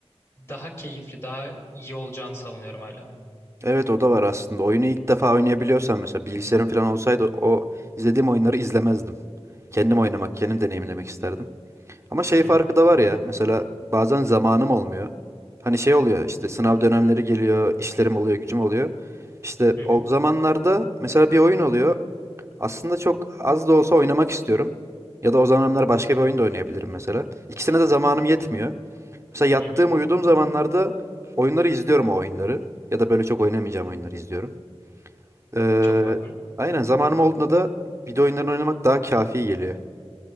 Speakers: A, on the left; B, on the right.
A: daha keyifli, daha iyi olacağını savunuyorum hala.
B: Evet o da var aslında. Oyunu ilk defa oynayabiliyorsan mesela bilgisayarım falan olsaydı o izlediğim oyunları izlemezdim. Kendim oynamak, kendim deneyimlemek isterdim. Ama şey
A: Hı
B: farkı
A: hı,
B: da var ya mesela bazen zamanım olmuyor. Hani şey oluyor işte sınav dönemleri geliyor, işlerim oluyor, gücüm oluyor. İşte
A: hı hı,
B: o zamanlarda mesela bir oyun oluyor. Aslında çok az da olsa oynamak istiyorum. Ya da o zamanlar başka bir oyun da oynayabilirim mesela. İkisine de zamanım yetmiyor. Mesela yattığım
A: hı hı.
B: uyuduğum zamanlarda oyunları izliyorum o oyunları. Ya da böyle çok oynamayacağım oyunları izliyorum. Ee,
A: Çok makul.
B: aynen zamanım olduğunda da video oyunlarını oynamak daha kafi geliyor.